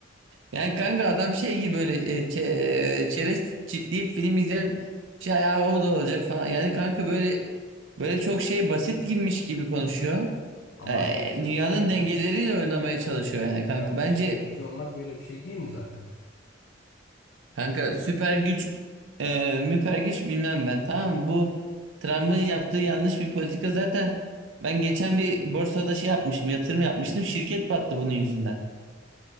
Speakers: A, on the right (about 80°); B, on the left (about 65°).
A: yani kanka adam şey gibi böyle e, çe- e, çerez çitleyip film izleyen şey ya o da olacak falan. Yani kanka böyle böyle çok şey basit gibiymiş gibi konuşuyor.
B: Ama
A: E,
B: kanka işte
A: dünyanın
B: süper güç.
A: dengeleriyle oynamaya çalışıyor yani
B: Dünyanın
A: kanka.
B: süper
A: Bence
B: gücü olmak böyle bir şey değil mi zaten?
A: Kanka süper güç e, müper güç bilmem ben tamam mı? Bu Trump'ın yaptığı yanlış bir politika zaten ben geçen bir borsada şey yapmışım yatırım yapmıştım şirket battı bunun yüzünden.